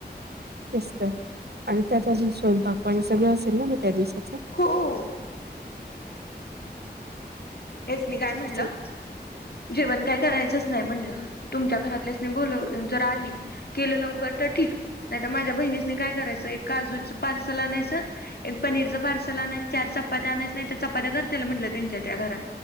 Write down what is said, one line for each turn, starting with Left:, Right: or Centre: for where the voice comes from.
Right: तेच तर, आणि त्यात अजून स्वयंपाक पाणी सगळं असेल ना, मग त्या दिवसाच.
Left: हो. हेच मी काय म्हणलं,
Right: तर तेच
Left: जेवण काय करायचंच नाही म्हणलं. तुमच्या घरातल्यांसी बोलव जर आली केलं लवकर तर ठीक. नाही तर माझ्या बहिणीसने काय करायचं एक काजूचं पार्सल आणायचं एक पनीरचं पार्सल आणायचं.. चार चपात्या आणायच नाही तर चपात्या करते म्हंटलं त्यांच्या त्या घरात